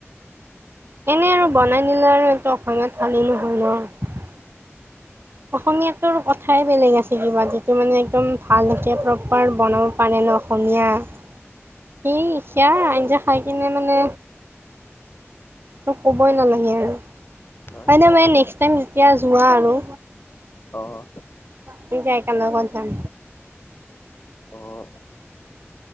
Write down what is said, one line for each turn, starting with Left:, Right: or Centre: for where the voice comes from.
Right: এনে আৰু বনাই নিলে আৰু এইটো অসমীয়াত থালি নহয় ন অসমীয়াটোৰ কথাই বেলেগ আছে কিবা যিটো মানে একদম ভালকে প্ৰপাৰ বনাব পাৰে ন, অসমীয়া সি সেয়া আঞ্জা খাই কিনে মানে তো ক'বই নালাগে আৰু,
Left: নহয়
Right: হয়নে
Left: সেইটো অসমীয়া
Right: বাইডাৱে নেক্সটাইম যেতিয়া যোৱা আৰু
Left: অ অ ।
Right: কি যাই একে লগত যাম।
Left: অঁ।